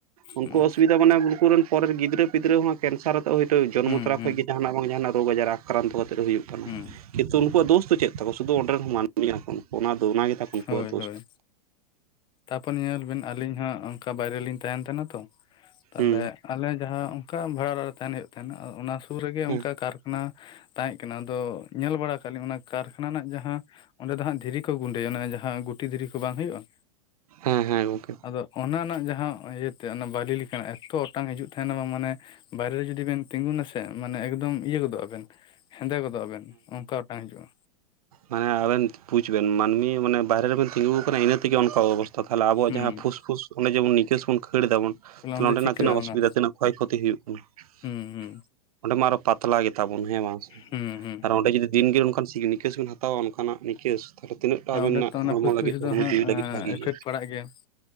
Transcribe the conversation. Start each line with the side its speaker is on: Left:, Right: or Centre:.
Right: ᱩᱱᱠᱩᱣᱟᱜ
Left: ᱦᱩᱸ
Right: ᱚᱥᱩᱵᱤᱫᱟ ᱢᱟᱱᱮ ᱟᱢ ᱩᱱᱠᱩ ᱨᱮᱱ ᱯᱚᱨᱮᱨ ᱜᱤᱫᱽᱨᱟᱹ ᱯᱤᱫᱽᱨᱟᱹ ᱦᱚᱸ ᱠᱮᱱᱥᱟᱨ ᱟᱛᱮ ᱦᱭᱛᱳ ᱡᱚᱱᱢᱚ
Left: ᱦᱩᱸ
Right: ᱛᱚᱨᱟ
Left: ᱦᱩᱸ
Right: ᱠᱷᱚᱡ ᱜᱮ ᱡᱟᱦᱟᱸᱱᱟᱜ ᱵᱟᱝ ᱡᱟᱦᱟᱸᱱᱟᱜ ᱨᱳᱜᱽ ᱟᱡᱟᱨ ᱟᱠᱨᱟᱱᱛᱚ ᱠᱟᱛᱮᱫ ᱦᱩᱭᱩᱜ᱾
Left: ᱦᱩᱸ
Right: ᱠᱤᱱᱛᱩ ᱩᱱᱠᱩᱣᱟᱜ ᱫᱚᱥ ᱫᱚ ᱪᱮᱫ ᱛᱟᱠᱚ ᱥᱤᱫᱷᱩ ᱚᱱᱰᱮ ᱨᱮᱱ ᱢᱟᱹᱱᱢᱤ ᱠᱟᱱᱟ ᱠᱚ ᱩᱱᱠᱩ ᱚᱱᱟ ᱫᱚ ᱜᱮᱛᱟ ᱠᱚ ᱩᱱᱠᱩᱣᱟᱜ
Left: ᱦᱳᱭ
Right: ᱫᱳᱥ
Left: ᱦᱳᱭ᱾ ᱛᱟᱯᱚᱨ ᱧᱮᱞ ᱵᱮᱱ ᱟᱞᱤᱧ ᱦᱚᱸ ᱚᱝᱠᱟ ᱵᱟᱭᱨᱮ ᱞᱤᱧ ᱛᱟᱦᱮᱱ ᱛᱟᱦᱮᱱᱟ ᱛᱚ ᱛᱟᱦᱞᱮ
Right: ᱦᱩᱸ
Left: ᱟᱞᱮ ᱡᱟᱦᱟᱸ ᱚᱱᱠᱟ ᱵᱷᱟᱲᱟ ᱚᱲᱟᱜ ᱨᱮ ᱛᱟᱦᱮᱱ ᱦᱩᱭᱩᱜ ᱛᱟᱦᱮᱸᱱᱟ᱾ ᱚᱱᱟ ᱥᱩᱨ ᱨᱮᱜᱮ
Right: ᱦᱮᱸ
Left: ᱚᱱᱠᱟ ᱠᱟᱨᱠᱷᱟᱱᱟ ᱼᱼ ᱛᱟᱦᱮᱸᱫ ᱠᱟᱱᱟ ᱟᱫᱚ ᱧᱮᱞ ᱵᱟᱲᱟ ᱠᱟᱜ ᱟᱹᱞᱤᱧ ᱚᱱᱟ ᱠᱟᱨᱠᱷᱟᱱᱟ ᱨᱮᱱᱟᱜ ᱡᱟᱦᱟᱸ ᱚᱸᱰᱮ ᱫᱚ ᱦᱟᱸᱜ ᱫᱷᱤᱨᱤ ᱠᱚ ᱜᱩ ᱥᱮ ᱚᱱᱟ ᱡᱟᱦᱟᱸ ᱜᱩᱴᱤ ᱫᱷᱤᱨᱤ ᱠᱚ ᱵᱟᱝ ᱦᱩᱭᱩᱜᱼᱟ?
Right: ᱦᱮᱸ ᱦᱮᱸ ᱜᱚᱝᱠᱮ ᱾
Left: ᱟᱫᱚ ᱚᱱᱟ ᱨᱮᱱᱟᱜ ᱡᱟᱦᱟᱸ ᱤᱭᱟᱹ ᱛᱮ ᱚᱱᱟ ᱵᱟᱹᱞᱤ ᱞᱮᱠᱟᱱᱟᱜ ᱮᱠᱛᱚ ᱚᱴᱟᱝ ᱦᱟᱹᱡᱩᱜ ᱛᱟᱦᱮᱸᱱᱟ ᱵᱟᱝ ᱢᱟᱱᱮ ᱵᱟᱭᱨᱮ ᱨᱮ ᱡᱩᱫᱤ ᱵᱮᱱ ᱛᱤᱸᱜᱩᱱᱟᱥᱮ ᱢᱟᱱᱮ ᱮᱠᱫᱚᱢ ᱤᱭᱟᱹ ᱜᱚᱫᱚᱜ ᱟᱵᱮᱱ᱾ ᱦᱮᱸᱫᱮ ᱜᱚᱫᱚᱜ ᱟᱵᱮᱱ ᱚᱝᱠᱟ ᱚᱴᱟᱝ ᱦᱤᱡᱩᱜᱼᱟ᱾
Right: ᱦᱮᱸ ᱟᱹᱵᱤᱱ ᱵᱩᱡ ᱵᱮᱱ ᱢᱟᱹᱱᱢᱤ ᱢᱟᱱᱮ ᱵᱟᱨᱦᱮ ᱨᱮᱵᱮᱱ ᱛᱤᱸᱜᱩᱣᱠᱟᱱᱟ ᱤᱱᱟᱹ ᱛᱮᱜᱮ ᱚᱱᱠᱟ ᱚᱵᱚᱥ ᱛᱚ ᱛᱟᱦᱟᱞᱮ ᱟᱵᱚᱣᱟᱜ
Left: ᱦᱩᱸ
Right: ᱡᱟᱦᱟᱸ ᱯᱷᱩᱥ ᱯᱷᱩᱥ ᱚᱸᱰᱮ ᱡᱮᱢᱚᱱ ᱱᱤᱟᱠᱹᱥ ᱵᱚᱱ ᱠᱷᱟᱹᱲ ᱮᱫᱟᱵᱚᱱ।
Left: ᱛᱟᱦᱞᱮ
Right: ᱛᱚ
Left: ᱚᱸᱰᱮ
Right: ᱱᱚᱰᱮᱱᱟᱜ
Left: ᱪᱤᱠᱟᱹᱜᱼᱟ
Right: ᱛᱤᱱᱟᱹᱜ ᱚᱥᱩᱵᱤᱫᱷᱟ
Left: ᱚᱱᱟ
Right: ᱛᱤᱱᱟᱹᱜ ᱠᱷᱚᱭ ᱠᱷᱚᱛᱤ ᱦᱩᱭᱩᱜ ᱠᱟᱱᱟ
Left: ᱦᱩᱸ
Right: ᱾
Left: ᱦᱩᱸ
Right: ᱚᱸᱰᱮ ᱢᱟ ᱟᱨᱚ ᱯᱟᱛᱞᱟ ᱜᱮᱛᱟᱵᱚᱱ ᱦᱮᱸ ᱵᱟᱝ ᱥᱮ?
Left: ᱦᱩᱸ ᱦᱩᱸ
Right: ᱟᱨ ᱚᱸᱰᱮ ᱡᱩᱫᱤ ᱫᱤᱱᱜᱤ ᱚᱱᱠᱟᱱ ᱥᱤᱜ ᱱᱤᱠᱟᱹᱥ ᱵᱚᱱ ᱦᱟᱛ ᱛᱚ ᱚᱱᱠᱟᱱᱟᱜ ᱱᱤᱠᱮᱥ ᱛᱟᱦᱚᱞᱮ ᱛᱤᱱᱟᱹᱜ ᱴᱟ ᱟᱵᱮᱱ
Left: ᱚᱸᱰᱮ ᱛᱚ ᱚᱱᱟ
Right: ᱦᱚᱲᱢᱚ
Left: ᱯᱷᱩᱥᱯᱷᱩᱥ
Right: ᱞᱟᱹᱜᱤᱫ ᱦᱚᱲᱢᱚ
Left: ᱫᱚ ᱦᱟᱸᱜ
Right: ᱡᱤᱣᱤ ᱞᱟᱹᱜᱤᱫ ᱵᱷᱟᱜᱮ
Left: ᱤᱯᱷᱮᱠᱴ
Right: ᱜᱮᱭᱟ?
Left: ᱯᱟᱲᱟᱜ ᱜᱮᱭᱟ